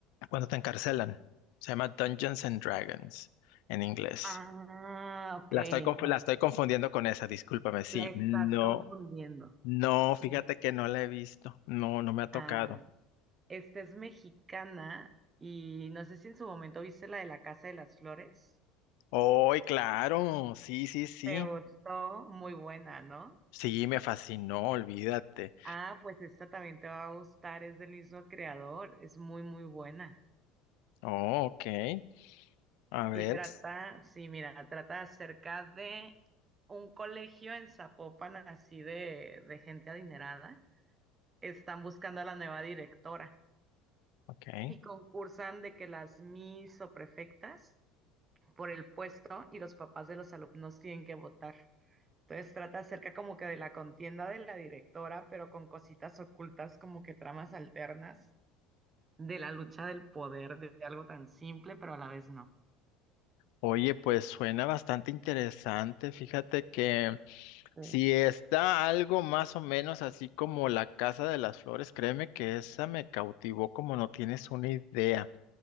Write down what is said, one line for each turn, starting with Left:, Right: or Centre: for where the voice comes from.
Left: Cuando te encarcelan. Se llama Dungeons and Dragons en inglés.
Right: Ah, ok,
Left: La estoy, confu-
Right: entonces
Left: la estoy confundiendo con esa, discúlpame, sí.
Right: la estás
Left: No,
Right: confundiendo.
Left: no, fíjate
Right: Sí.
Left: que no la he visto. No, no me ha tocado.
Right: Ah. Esta es mexicana y no sé si en su momento viste la de la Casa de las Flores.
Left: ¡Ay, claro! Sí, sí, sí.
Right: Te gustó, muy buena, ¿no?
Left: Sí, me fascinó, olvídate.
Right: Ah, pues esta también te va a gustar, es del mismo creador, es muy, muy buena.
Left: Oh, ok. A ver,
Right: Y trata,
Left: s-
Right: sí, mira, trata acerca de un colegio en Zapopan, así de, de gente adinerada. Están buscando a la nueva directora
Left: ok.
Right: y concursan de que las mis o prefectas por el puesto y los papás de los alumnos tienen que votar. Entonces trata acerca como que de la contienda de la directora, pero con cositas ocultas como que tramas alternas de la lucha del poder, de algo tan simple, pero a la vez no.
Left: Oye, pues suena bastante interesante. Fíjate que
Right: Sí.
Left: si está algo más o menos así como La Casa de las Flores, créeme que esa me cautivó como no tienes una idea.